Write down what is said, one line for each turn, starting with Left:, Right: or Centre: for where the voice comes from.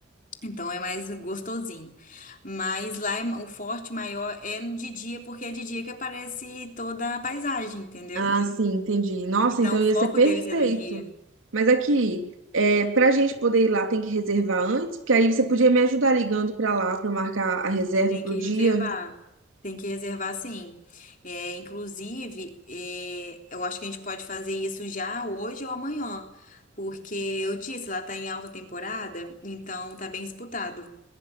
Left: Então é mais gostosinho. Mas lá é ma- o forte maior é no de dia, porque é de dia que aparece toda a paisagem, entendeu?
Right: Ah, sim, entendi. Nossa,
Left: Então
Right: então
Left: o
Right: ia
Left: foco
Right: ser perfeito.
Left: deles é no dia.
Right: Mas aqui, é, pra gente poder ir lá, tem que reservar antes, porque aí você podia me ajudar ligando pra lá pra marcar a reserva
Left: Tem
Right: pro
Left: que
Right: dia.
Left: reservar. Tem que reservar, sim. É, inclusive, é, eu acho que a gente pode fazer isso já hoje ou amanhã, porque eu disse, lá está em alta temporada, então tá bem disputado